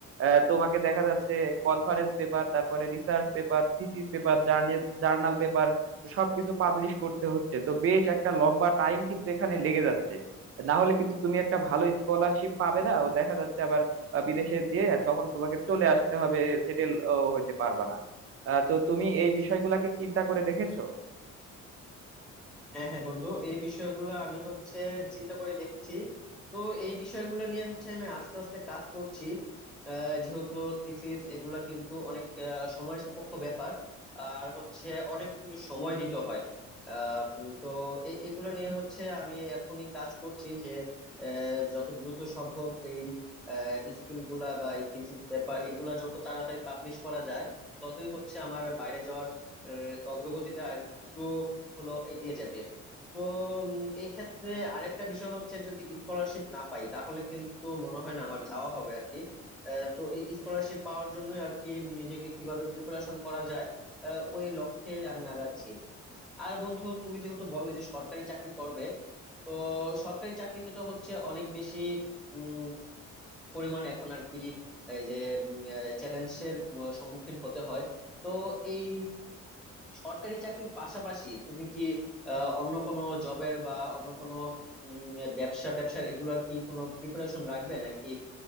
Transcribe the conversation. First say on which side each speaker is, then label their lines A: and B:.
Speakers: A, on the right; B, in the centre.
A: আহ, তোমাকে দেখা যাচ্ছে কনফারেন্স পেপার তারপরে research paper thesis paper journal সবকিছু পাবলিশ করতে হচ্ছে তো বেশ একটা লম্বা টাইম কিন্তু এখানে লেগে যাচ্ছে না হলে কিন্তু তুমি একটা ভালো স্কলারশিপ পাবে না ও দেখা যাচ্ছে আবার আহ, বিদেশে দিয়ে তখন তোমাকে চলে আসতে হবে সেটেল হতে পারবা না আহ, তো তুমি এই বিষয়গুলা কি চিন্তা করে দেখেছো
B: হ্যাঁ হ্যাঁ বন্ধু এই বিষয়গুলো আমি হচ্ছে চিন্তা করে দেখেছি তো এই বিষয়গুলো নিয়ে হচ্ছে আমি আস্তে আস্তে কাজ করছি আহ, যেহেতু থিসিস এগুলা কিন্তু অনেক আহ, সময় সাপেক্ষ ব্যাপার আর হচ্ছে অনেক কিন্তু সময় দিতে হয় আহ, উম, তো এ- এগুলা নিয়ে হচ্ছে আমি এখনই কাজ করছি যে আহ, যত দ্রুত সম্ভব এই স্কিল গুলা বা এই থিসিস পেপার এগুলা যত তাড়াতাড়ি পাবলিশ করা যায় ততই হচ্ছে আমার বাইরে যাওয়ার আহ, অগ্রগতিটা আর একটু হলো এগিয়ে যাবে তো উম, এই ক্ষেত্রে আরেকটা বিষয় হচ্ছে যদি স্কলারশিপ না পাই তাহলে কিন্তু মনে হয় না আমার যাওয়া হবে আর কি আহ, তো এই স্কলারশিপ পাওয়ার জন্য আর কি নিজেকে কিভাবে প্রিপারেশন করা যায় আহ, ওই লক্ষ্যে আমি আগাচ্ছি আর বন্ধু তুমি যেহেতু বললে যে সরকারি চাকরি করবে তো সরকারি চাকরিতে তো হচ্ছে অনেক বেশি উম, পরিমাণে এখন আর কি এই যে চ্যালেঞ্জের সম্মুখীন হতে হয় তো এই সরকারি চাকরির পাশাপাশি তুমি কি আহ, অন্য কোনো জবের বা অন্য কোনো উম, ব্যবসা ট্যাবসার এগুলোর কি কোনো প্রিপারেশন রাখবে নাকি